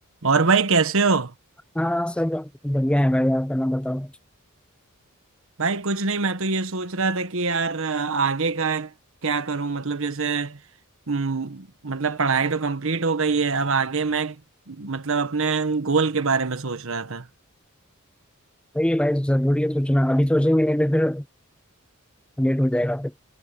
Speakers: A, on the right; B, in the centre.
A: और भाई कैसे हो
B: हाँ सब बढ़िया है भाई आप अपना बताओ
A: भाई कुछ नहीं मैं तो ये सोच रहा था कि यार अ, आगे का क्या करूं मतलब जैसे हम्म, मतलब पढ़ाई तो कंप्लीट हो गई है अब आगे मैं मतलब अपने गोल के बारे में सोच रहा था
B: वही है भाई जरूरी है सोचना अभी सोचेंगे नहीं तो फिर लेट हो जाएगा फिर